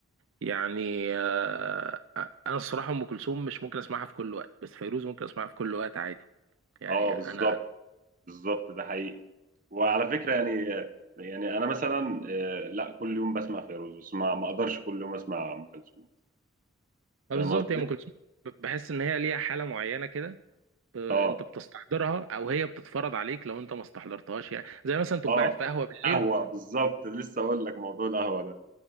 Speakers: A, on the right (about 70°); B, on the right (about 40°).
A: يعني أه أنا الصراحة أم كلثوم مش ممكن أسمعها في كل وقت بس فيروز ممكن أسمعها في كل وقت عادي يعني
B: اه
A: أنا
B: بالظبط بالظبط ده حقيقي وعلى فكره
A: أنا
B: يعني يعني انا مثلا آه، لا كل يوم بسمع فيروز بس ما ما اقدرش كل يوم اسمع ام كلثوم
A: ما
B: فاهم
A: بالظبط
B: قصدي
A: هي أم كلثوم ب- بحس إن هي ليها حالة معينة كده ب- انت
B: اه
A: بتستحضرها او هي بتتفرض عليك لو انت ما استحضرتهاش يعني زي مثلا تبقى
B: اه
A: قاعد في قهوه بالليل
B: قهوه بالظبط لسه اقول لك موضوع القهوه ده